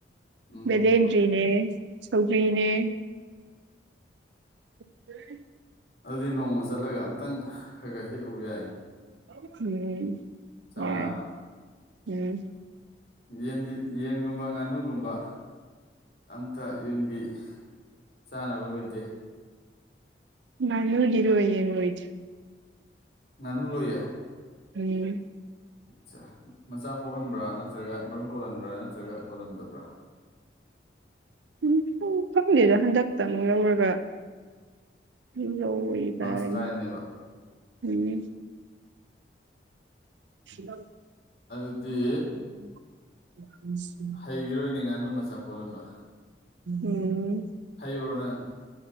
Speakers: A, on the left; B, on the right.
A: ꯎꯝ
B: ꯕꯦꯂꯦꯟꯗ꯭ꯔꯤꯅꯦ ꯁꯧꯒ꯭ꯔꯤꯅꯦ <inaudible>
A: ꯑꯗꯨꯗꯤ ꯅꯣꯡꯃ ꯆꯠꯂꯒ ꯑꯝꯇꯪ ꯈꯔ ꯈꯔ ꯍꯦꯛꯎ ꯌꯥꯏꯅꯦ
B: <unintelligible>
A: ꯆꯔꯥ
B: ꯌꯥꯏ
A: ꯑꯃ
B: ꯌꯥꯏ
A: ꯌꯦꯟꯗꯤ ꯌꯦꯟꯒꯨꯝꯕ ꯉꯥꯅꯨꯒꯨꯝꯕ ꯑꯝꯇ ꯌꯨꯝꯒꯤ ꯆꯥꯅꯕ ꯂꯣꯏꯗꯦ
B: ꯉꯥꯅꯨꯗꯤ ꯂꯣꯢ ꯌꯦꯟ ꯂꯣꯢꯗꯦ
A: ꯉꯥꯅꯨ ꯂꯣꯏꯌꯦ
B: ꯎꯝ
A: ꯑꯠꯆꯥ ꯃꯆꯥ ꯄꯣꯛꯍꯟꯕ꯭ꯔꯥ ꯅꯠꯇ꯭ꯔꯒ ꯃꯔꯨꯝ ꯀꯣꯜꯂꯟꯕ꯭ꯔꯥ ꯅꯠꯇ꯭ꯔꯒ ꯀꯣꯜꯂꯟꯗꯕ꯭ꯔꯥ
B: ꯎꯝ ꯈꯪ ꯈꯪꯗꯦꯗ ꯍꯟꯗꯛꯇꯪ ꯂꯧꯔꯒ <unintelligible>
A: ꯐꯥꯔꯁ ꯇ꯭ꯔꯥꯏꯅꯦꯕ
B: <inaudible>
A: ꯑꯗꯨꯗꯤ ꯍꯩꯒꯤꯔꯣꯏꯅꯦ ꯉꯥꯅꯨ ꯃꯆꯥ ꯀꯣꯜꯂꯟꯕ
B: ꯎꯝ
A: ꯍꯩꯕ꯭ꯔꯣ ꯅꯪ